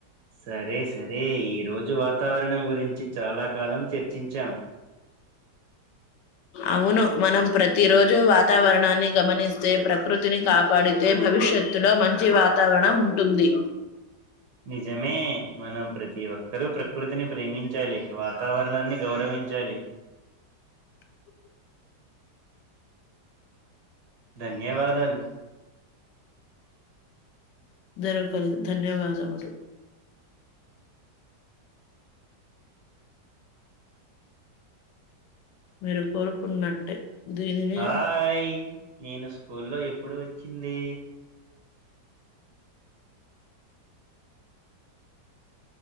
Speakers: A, on the right; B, on the left.
A: సరే సరే ఈ రోజు వాతావరణం గురించి చాలా కాలం చర్చించాం
B: అవును మనం ప్రతిరోజూ వాతావరణాన్ని గమనిస్తే ప్రకృతిని కాపాడి అయితే భవిష్యత్తులో మంచి వాతావరణం ఉంటుంది
A: నిజమే మనం ప్రతి ఒక్క ప్రతీ ఒక్కరు ప్రకృతిని ప్రేమించాలి వాతావరణాన్ని గౌరవించాలి
B: <inaudible>
A: ధన్యవాదాలు
B: జరకలు ధన్యవాదములు మీరు కోరుకున్నట్టే దీనిని
A: హాయ్ నేను స్కూల్లో ఎప్పుడు వచ్చింది